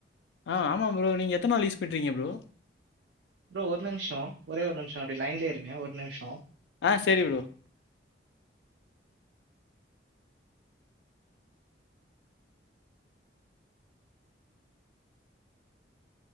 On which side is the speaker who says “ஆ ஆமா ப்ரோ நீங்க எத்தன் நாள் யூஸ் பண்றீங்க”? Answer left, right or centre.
Left